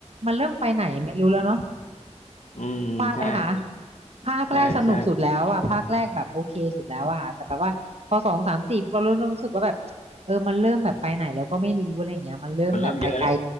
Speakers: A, on the right; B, on the left.
A: มันเริ่มไปไหนไม่รู้แล้วเนาะ
B: อืมใช่
A: ว่าไหมคะภาคแรกสนุกสุดแล้วอะภาคแรกแบบโอเคสุดแล้วอะค่ะแต่แบบว่าพอสองสามสี่พวกเราเริ่มเริ่มรู้สึกว่าแบบเออมันเริ่มแบบไปไหนแล้วก็ไม่รู้อะไรอย่างเงี้ยมันเริ่มแบบไปไกล
B: ใช่ใช่มันเริ่มเยอะแล้ว